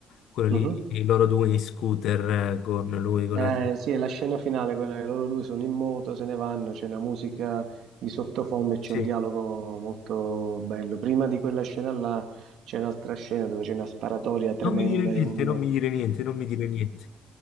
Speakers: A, on the left; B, on the right.
A: Quella lì,
B: Mhm.
A: i loro due in scooter eh, con lui, con
B: Eh,
A: la...
B: sì, è la scena finale, quella che loro due sono in moto, se ne vanno, c'è una musica di sottofondo e c'è
A: Sì.
B: un dialogo molto bello. Prima di quella scena là c'è un'altra scena dove c'è una sparatoria tremenda
A: Non mi dire niente,
B: in un...
A: non mi dire niente, non mi dire niente.